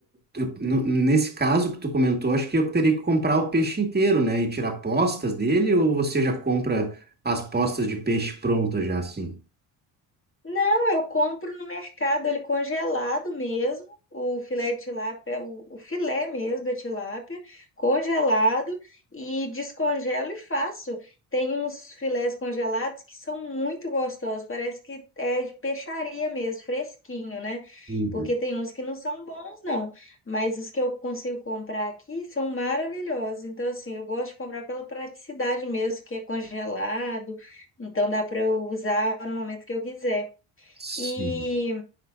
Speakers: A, on the right; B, on the left.
A: eu- no- nesse caso que tu comentou, acho que eu teria que comprar o peixe inteiro, né? E tirar postas dele, ou você já compra as postas de peixe prontas já assim?
B: Não, eu compro no mercado, ele congelado mesmo, o filé de tilápia, o, o filé mesmo da tilápia, congelado e descongelo e faço. Tem uns filés congelados que são muito gostosos, parece que é de peixaria mesmo, fresquinho, né?
A: Uhum.
B: Porque tem uns que não são bons, não, mas os que eu consigo comprar aqui são maravilhosos. Então, assim, eu gosto de comprar pela praticidade mesmo, que é congelado, então dá para eu usar no momento que eu quiser.
A: Sim.
B: E